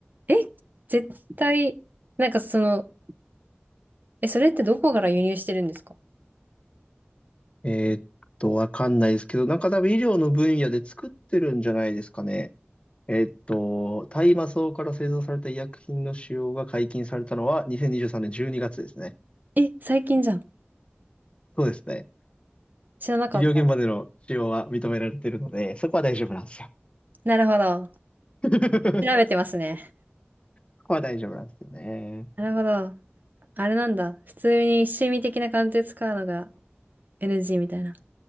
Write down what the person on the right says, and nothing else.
え、絶対、なんかその、え、それってどこから輸入してるんですか
え、最近じゃん。
知らなかった。
なるほど。
調べてますね。
なるほど。あれなんだ。普通に趣味的な感じで使うのが NG みたいな。